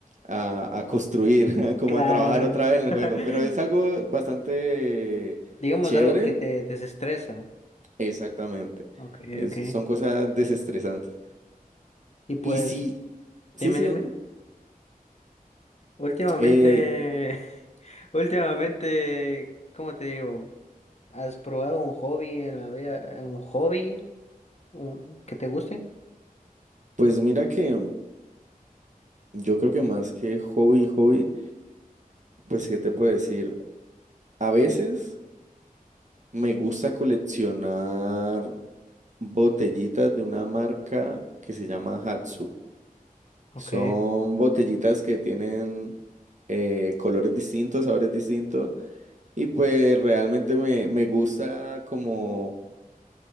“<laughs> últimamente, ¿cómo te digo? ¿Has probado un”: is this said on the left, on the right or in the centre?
Left